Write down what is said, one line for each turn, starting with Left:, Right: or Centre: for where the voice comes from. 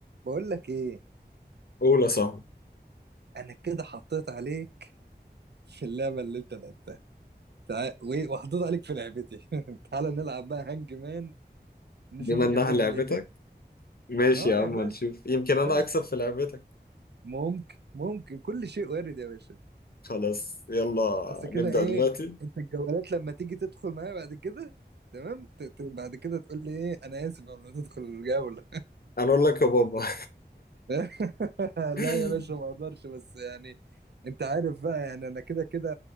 Right: بقول لك ايه
Left: قول يا صاحبي
Right: انا كده حطيت عليك في اللعبه اللي انت لعبتها تعال وايه وحطيت عليك في لعبتي <laughs> تعال نلعب بقى هانج مان نشوفك
Left: بما انها
Right: هتعمل
Left: لعبتك
Right: ايه تاني
Left: ماشي
Right: اه
Left: يا عم
Right: يا باشا
Left: نشوف يمكن
Right: تعال
Left: انا اكسب في لعبتك
Right: ممكن ممكن كل شيء وارد يا باشا
Left: خلاص يلا
Right: بس كده
Left: نبدأ
Right: ايه
Left: دلوقتي
Right: انت الجولات لما تيجي تدخل معايا بعد كده تمام ت- ت- بعد كده تقول لي ايه انا اسف قبل ما تدخل الجوله
Left: انا اقول لك يا بابا
Right: <laughs>
Left: <laughs>
Right: لا يا باشا ما اقدرش بس يعني انت عارف بقى يعني انا كده كده